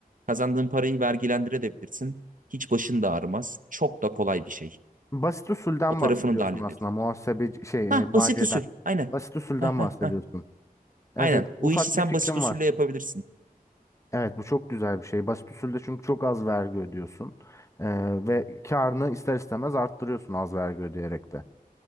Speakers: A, on the right; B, on the left.
A: kazandığın parayı vergilendirebilirsin. Hiç başın da ağrımaz. Çok da kolay bir şey.
B: Basit usulden
A: O tarafını
B: bahsediyorsun
A: da hallederiz.
B: aslında. Muhasebe şey
A: Hah
B: e, maliyeden.
A: basit usul. Aynen.
B: Basit usulden
A: Hah,
B: bahsediyorsun.
A: hah, hah.
B: Evet,
A: Aynen.
B: evet ufak
A: Bu işi sen
B: bir fikrim
A: basit usulle
B: var.
A: yapabilirsin.
B: Evet bu çok güzel bir şey. Basit usulde çünkü çok az vergi ödüyorsun. Ee, ve karını ister istemez arttırıyorsun az vergi ödeyerek de.